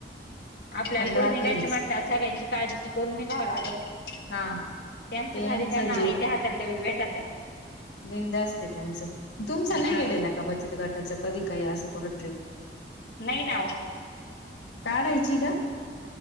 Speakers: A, on the left; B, on the left.
A: आपल्याला
B: आपण
A: कुठं
B: रागरीच
A: निघायचं म्हटल्यावर सगळ्यांची काळजी करून निघावं लागतं.
B: हा.
A: त्यांचे
B: त्यांचं
A: भारी त्यांना आयते हातात डबे भेटत त्या.
B: बिनधास्त आहे त्यांच. तुमचं नाही
A: हा
B: गेलेलं का बचत गटाचं कधी काय असं कुठं ट्रीप?
A: नाही ना ओ.
B: काढायची ग.